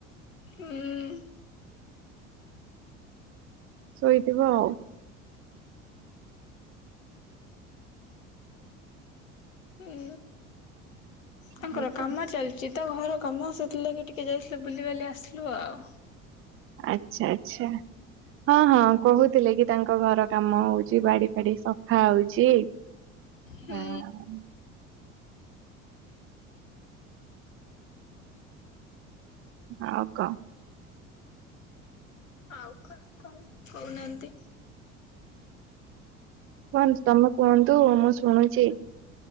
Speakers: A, on the left (about 75°); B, on the right (about 35°).
A: ଉଁ
B: ଶୋଇଥିବ ଆଉ।
A: ହୁଁ ତାଙ୍କର
B: ଆଉ କଣ?
A: କାମ ଚାଲିଚି ତ ଘର କାମ ସେଥିଲାଗି ଟିକେ ଯାଇଥିଲୁ ବୁଲିିବାଲି ଆସିଲୁ ଆଉ।
B: ଆଚ୍ଛା ଆଚ୍ଛା। ହଁ ହଁ କହୁଥିଲେ କି ତାଙ୍କ ଘର କାମ ହଉଛି, ବାଡି ଫାଡି ସଫା ହଉଛି।
A: ହୁଁ
B: ଆଁ ଆଉ କ
A: ଆଉ କଣ କଣ କହୁନାହାନ୍ତି।
B: କଣ ତମେ କୁହନ୍ତୁ, ମୁଁ ଶୁଣୁଛି।